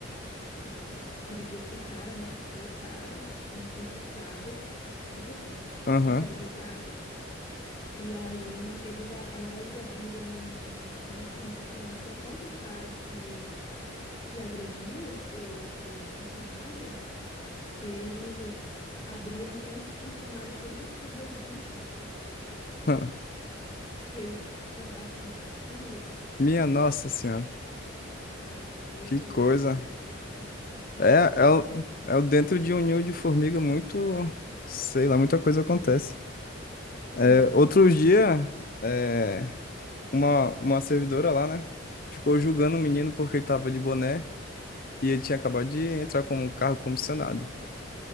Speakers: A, on the left; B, on the left.
A: é, brigou com o cara, ameaçou o cara, um concursado. É sempre assim,
B: Aham.
A: só que era de outra área. E aí eles, a- ao invés de abrirem um- uma sindicância contra o cara que, que agrediu o, o o funcionário, eles abriram contra o funcionário por insubordinação.
B: <laughs> hã.
A: E eles tentaram <laughs> fazer isso comigo.
B: Minha nossa senhora.
A: Foi. Aí
B: Que
A: eu falei,
B: coisa.
A: você não vai fazer isso, não. Aí
B: É,
A: eu pedi pra
B: é,
A: sair.
B: o- é o dentro de um ninho de formiga muito, sei lá, muita coisa acontece. É,
A: É.
B: outros dias, é, uma, uma servidora lá, né? Ficou julgando o menino porque ele tava de boné. E ele tinha acabado de entrar com um cargo comissionado.